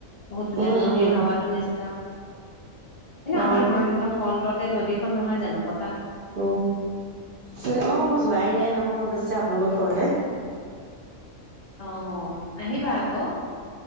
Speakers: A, on the left; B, on the right.
A: বহুত ধুনীয়া
B: উম
A: নদীৰ
B: উম
A: হাৱাতটো নিচিনা এনে
B: অ
A: আমাৰ ঘৰত একদম ফ্ৰণ্টতে নদীখন নহয় জানো ব
B: অ ত অ মই যোৱাই নাই নহয় অৱশ্যে আপোনালোকৰ ঘৰলে
A: অ আহিবা আকৌ,